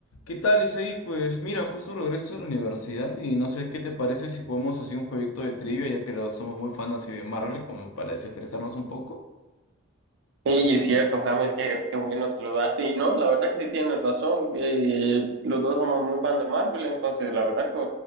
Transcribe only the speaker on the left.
¿Qué tal, Isaí? Pues mira, justo regreso a la universidad y no sé qué te parece si jugamos así un jueguito de trivia, ya que los somos muy fans así de Marvel, como para desestresarnos un poco.